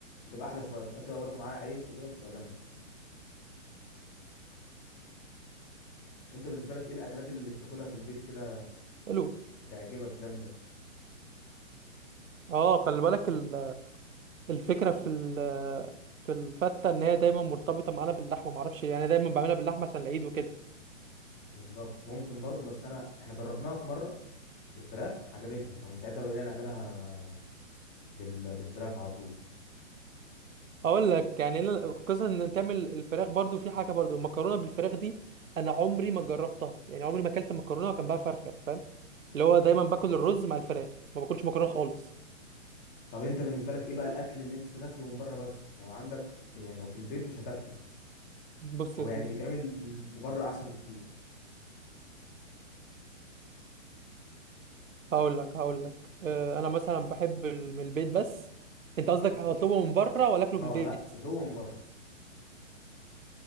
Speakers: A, on the left; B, on the right.
A: بتبقى احلى شويه بتحط بقى برضو معاها عيش وكده بتبقى جامده انت بالنسبه لك ايه الاكلات اللي بتاكلها في البيت كده
B: حلو
A: بتعجبك جامده
B: اه خلي بالك ال- الفكرة في ال في الفتة ان هي دايما مرتبطة معانا باللحمة معرفش ليه. يعني أنا دايما بعملها باللحمة عشان العيد وكده
A: بالظبط ممكن برضو بس انا احنا جربناها في مره بالفراخ عجبتنا فمن ساعتها بقينا نعملها بال... بالفراخ على طول
B: اقول لك يعني انا قصه ان تعمل الفراخ برضو في حاجه برضو المكرونه بالفراخ دي انا عمري ما جربتها يعني عمري ما اكلت مكرونه وجنبها فرخه فاهم اللي هو دايما باكل الرز مع الفراخ ما باكلش مكرونه خالص
A: طب انت بالنسبه لك ايه بقى الاكل اللي انت تاكله من بره بس لو عندك يعني لو في البيت مش هتاكله
B: بص
A: او
B: يا سيدي
A: يعني بيتعمل في ال- في بره احسن بكتير
B: هقول لك هقول لك آه، انا مثلا بحب ال- من البيت بس انت قصدك اطلبه من بره ولا اكله في
A: اه
B: البيت
A: لا تطلبه من بره